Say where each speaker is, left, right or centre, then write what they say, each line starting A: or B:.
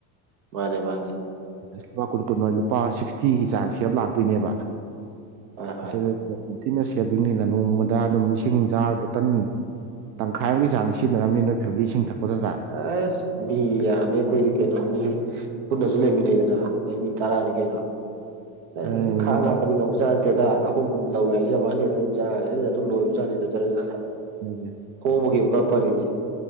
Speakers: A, on the right; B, on the right.
A: ꯃꯥꯅꯦ ꯃꯥꯅꯦ
B: ꯂꯨꯄꯥ ꯀꯨꯟ ꯀꯨꯟꯃ ꯂꯨꯄꯥ ꯁꯤꯛꯁꯇꯤꯒꯤ ꯆꯥꯡꯁꯦꯞ ꯂꯥꯛꯇꯣꯏꯅꯦꯕ
A: ꯍꯣꯏ ꯍꯣꯏ
B: ꯑꯁꯤꯗ ꯌꯥꯝ ꯊꯤꯅ ꯁꯦꯝꯦꯕꯤꯅꯤꯅ ꯅꯣꯡꯃꯗ ꯑꯗꯨꯝ ꯏꯁꯤꯡ ꯆꯥꯔ ꯕꯣꯇꯜ ꯇꯪꯈꯥꯏ ꯑꯃꯒꯤ ꯆꯥꯡꯗꯤ ꯁꯤꯖꯤꯟꯅꯔꯝꯅꯤ ꯅꯣꯏ ꯐꯦꯃꯤꯂꯤ ꯏꯁꯤꯡ ꯊꯛꯄꯗꯨꯗ
A: ꯑꯁ ꯃꯤ ꯌꯥꯝꯃꯤ ꯑꯩꯈꯣꯏꯗꯤ ꯀꯩꯅꯣ ꯃꯤ ꯄꯨꯟꯅꯁꯨ ꯂꯩꯃꯤꯟꯅꯩꯗꯅ ꯑꯩꯈꯣꯏ ꯃꯤ ꯇꯔꯥꯅꯤ ꯀꯩꯅꯣ ꯑꯦꯣꯏ
B: ꯑꯗꯨꯅꯦ
A: ꯑꯗꯨ ꯈꯥꯡ ꯂꯥꯛꯄꯅꯤ ꯉꯝꯝꯕꯖꯥꯅꯤ ꯇꯦꯗꯥ ꯑꯍꯨꯝ ꯂꯧꯋꯦ ꯍꯥꯏꯖꯕ ꯋꯥꯅꯤ ꯑꯗꯨꯝ ꯆꯥꯔꯦ ꯑꯗꯨꯝ ꯂꯣꯏꯕꯖꯥꯅꯤꯗꯖꯠꯠ
B: ꯍꯧ
A: ꯍꯣꯡꯕꯒꯤ ꯑꯃꯨꯛꯀꯔ ꯐꯔꯤꯅꯤ